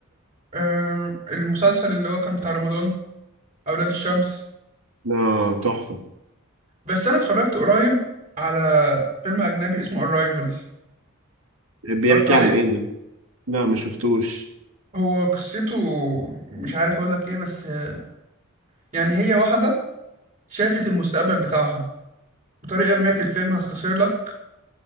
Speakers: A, on the right; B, on the right.
A: آه، المسلسل اللي هو كان بتاع رمضان أولاد الشمس
B: لا تحفة
A: بس أنا اتفرجت قريب على فيلم أجنبي اسمه Arrival
B: بيحكي
A: اتفرجت عليه
B: عن ايه ده لا ما شفتوش
A: هو قصته مش عارف اقول لك ايه بس آه، يعني هي واحدة شافت المستقبل بتاعها بطريقة ما في الفيلم هختصر لك